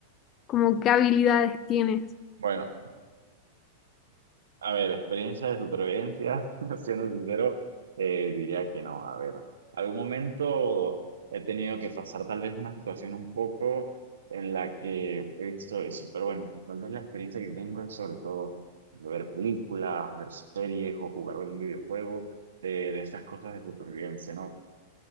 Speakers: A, on the left; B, on the right.
A: como qué habilidades tienes.
B: Bueno, A ver, experiencia de supervivencia, <laughs> siendo sincero, eh, diría que no. A ver, algún momento he tenido que pasar tal vez una situación un poco en la que he visto eso, pero bueno, tal vez la experiencia que tengo es sobre todo ver películas, ver series o jugar algún videojuego de, de estas cosas de supervivencia, ¿no?